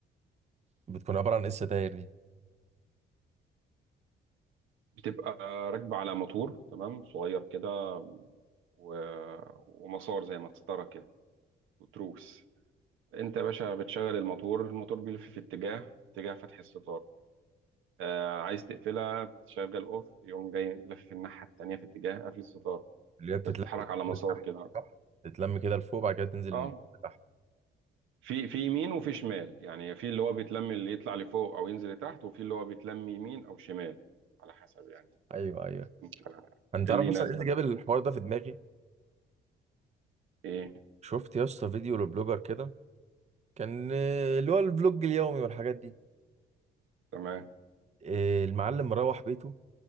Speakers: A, on the right; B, on the right.
A: بتكون عبارة عن ايه الستاير دي؟
B: بتبقى راكبه على موتور تمام صغير كده و... ومسار زي مسطره كده وتروس انت يا باشا بتشغل الموتور الموتور بيلف في اتجاه اتجاه فتح الستار آه عايز تقفلها تشغل اوف يقوم جاي لافف الناحيه التانيه في اتجاه قفل الستاره
A: اللي هي بتتلم
B: بتتحرك
A: من
B: على مسار
A: فوق لتحت
B: كده
A: صح؟ تتلم كده لفوق بعد كده تنزل
B: اه
A: من فوق لتحت
B: في في يمين وفي شمال يعني في اللي هو بيتلم اللي يطلع لفوق او ينزل لتحت وفي اللي هو بيتلم يمين او شمال على حسب يعني
A: ايوه ايوه
B: انت إيه
A: انت
B: اللي
A: عارف
B: يناسبك
A: اصلا ايه اللي جاب
B: في
A: الحوار
B: الاوضه
A: ده في دماغي؟
B: ايه
A: شفت يا اسطى فيديو لبلوجر كده كان آه، اللي هو الفلوج اليومي والحاجات دي
B: تمام
A: آه، المعلم مروح بيته